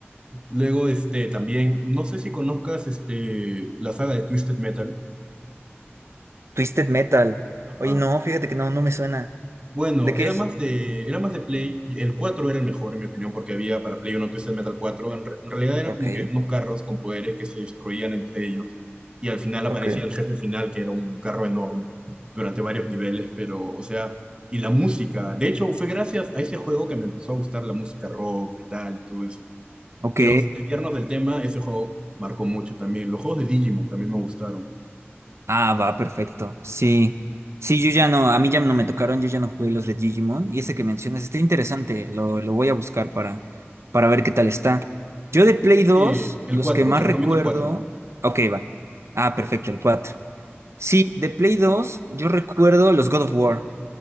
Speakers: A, on the right; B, on the right.
A: Luego, este, también, no sé si conozcas, este, la saga de Twisted Metal.
B: Twisted Metal. Oye,
A: Ajá.
B: no, fíjate que no, no me suena.
A: Bueno,
B: ¿De qué
A: era
B: es?
A: más de, era más de Play. El 4 era el mejor, en mi opinión, porque había para Play 1 Twisted Metal cuatro En, re- en realidad eran
B: Ok,
A: como que unos carros con poderes que se destruían entre ellos. Y al final aparecía
B: ok.
A: el jefe final, que era un carro enorme, durante varios niveles, pero, o sea, y la música. De hecho, fue gracias a ese juego que me empezó a gustar la música rock, metal y todo eso.
B: Ok.
A: Pero sin desviarnos del tema, ese juego marcó mucho también. Los juegos de Digimon también me gustaron.
B: Ah, va, perfecto. Sí. Sí, yo ya no, a mí ya no me tocaron, yo ya no jugué los de Digimon. Y ese que mencionas está interesante, lo, lo voy a buscar para, para ver qué tal está. Yo de Play
A: Búscate
B: dos
A: el
B: los
A: cuatro
B: que más
A: te recomiendo
B: recuerdo.
A: el cuatro
B: Ok, va. Ah, perfecto, el cuatro, Sí, de Play dos yo recuerdo los God of War.